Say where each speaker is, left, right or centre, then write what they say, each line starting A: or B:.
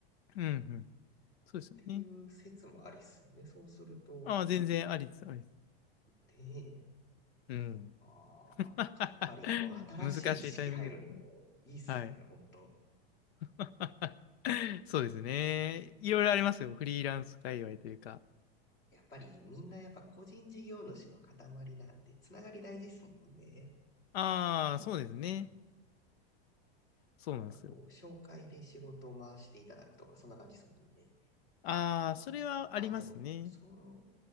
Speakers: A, on the left (about 80°); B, on the left (about 35°).
A: うん。うん。そうですよね。
B: ていう説もありっすよね。そうすると、
A: ああ、全然ありです。ありです。
B: ねえ、
A: うん。
B: ああ、
A: <laughs>
B: なんかやっぱりこう新しい知識入るのいいっすね、
A: 難しいタイミング。はい。
B: 本当
A: <laughs> そうですね。いろいろありますよ。フリーランス界隈というか。
B: やっぱりみんなやっぱ個人事業主の塊なんで、つながり大事ですもんね。
A: ああ、そうですね。そうなんですよ。
B: やっぱこう、紹介で仕事を回していただくとか、そんな感じですもんね。
A: ああ、それはありますね。
B: あ、でも、そ